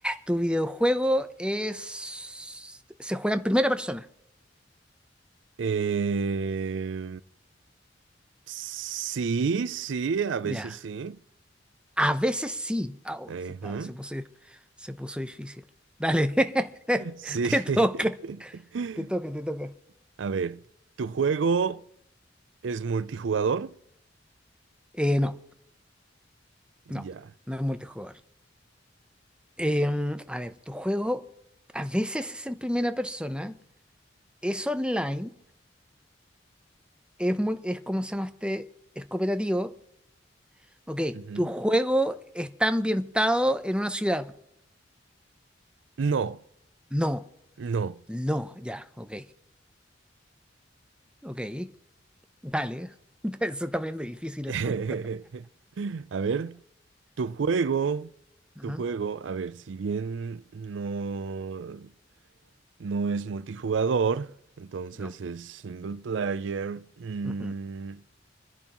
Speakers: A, in the centre; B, on the right (about 75°).
A: tu videojuego es... Se juega en primera persona.
B: Eh, Sí, sí, a veces
A: Ya.
B: sí.
A: A veces sí. Au,
B: Ajá.
A: se, está- se puso, se puso difícil. Dale. <laughs>
B: Sí. <laughs>
A: Te toca. Te toca, te toca.
B: A ver, ¿tu juego es multijugador?
A: Eh, no, no,
B: Ya.
A: no es multijugador. Em, a ver, tu juego a veces es en primera persona, es online, es, mul- es como se llama este, es cooperativo. Ok,
B: Ujú.
A: tu juego está ambientado en una ciudad.
B: No,
A: No,
B: no.
A: no, ya, ok. Ok, dale. <laughs> Se está poniendo difícil
B: <laughs>
A: esto. <laughs>
B: A ver, tu juego,
A: Ajá,
B: tu juego, a ver, si bien no, no es multijugador, entonces
A: No.
B: es single player. mm,
A: Ujú.